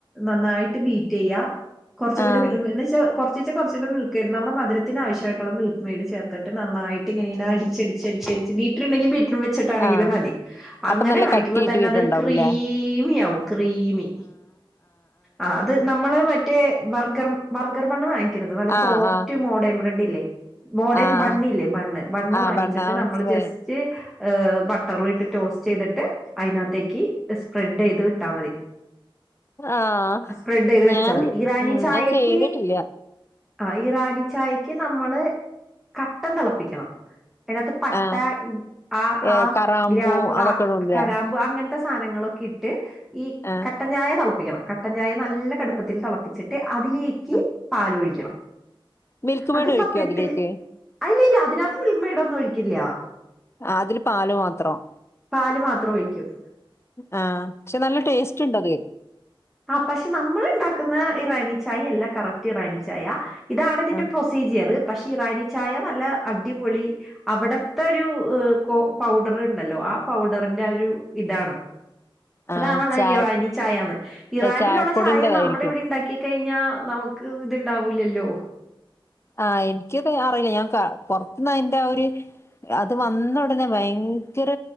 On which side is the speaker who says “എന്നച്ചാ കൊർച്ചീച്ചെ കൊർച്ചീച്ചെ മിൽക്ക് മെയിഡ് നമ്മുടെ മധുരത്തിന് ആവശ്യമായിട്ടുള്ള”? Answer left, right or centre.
Centre